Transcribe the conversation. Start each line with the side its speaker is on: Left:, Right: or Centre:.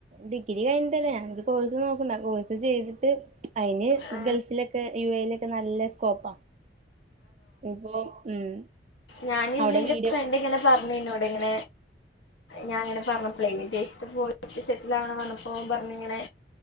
Right: ഡിഗ്രി കഴിഞ്ഞട്ടല്ല ഞാനൊരു കോഴ്സ് നോക്ണ്ട് ആഹ് കോഴ്സ് ചെയ്തിട്ട് അയ്ന്
Left: ആ,
Right: ഗൾഫിലൊക്കെ യു എയിലൊക്കെ നല്ല സ്കോപ്പാ ഇപ്പൊ ഉം.
Left: ഞാനിന്ന്
Right: അവിടെ
Left: എന്റെ
Right: വീഡിയോ
Left: ഫ്രണ്ട് ഇങ്ങനെ പറഞ്ഞന്നോട് ഇങ്ങനെ ഞാഇങ്ങനെ പറഞ്ഞപ്ളെ വിദേശത്ത് പോയിസെറ്റിലാവണം പറഞ്ഞപ്പോ ഓ പറഞ്ഞിങ്ങനെ